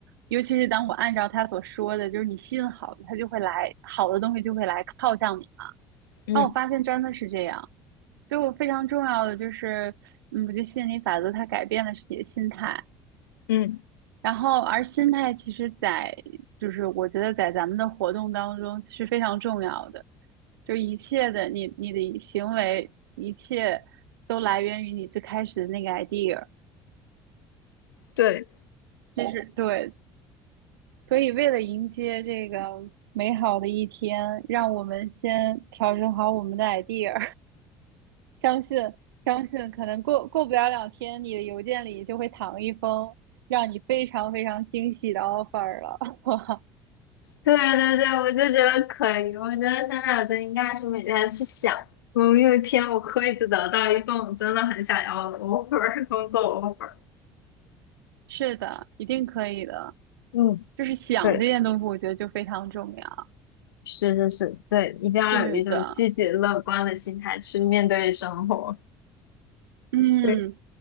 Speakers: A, on the right (about 75°); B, on the left (about 80°).
A: 尤其是当我按照他所说的，就是你吸引好的，他就会来，好的东西就会来靠向你嘛。
B: <laughs> 嗯
A: 然后我发现真的是这样，就非常重要的就是，嗯，我觉得吸引力法则它改变的是你的心态，
B: 嗯，
A: 然后而心态其实在，就是我觉得在咱们的活动当中是非常重要的，就是一切的你你的行为，一切都来源于你最开始的那个 idea，
B: 对，
A: 其实对，所以为了迎接这个美好的一天，让我们先调整好我们的 idea，相信相信，可能过过不了两天，你的邮件里就会躺一封让你非常非常惊喜的 offer 了。<laughs>
B: 对对对，我就觉得可以，我觉得现在我就应该是每天去想，们有一天我可以得到一份我真的很想要的 offer 工作 offer。
A: 是的，一定可以的。
B: 嗯，
A: 就是想这件东西，
B: 对。
A: 我觉得就非常重要。
B: 是是是，对，一定要有一种积极乐观的心态去面对生活。
A: 是的，嗯，
B: 对，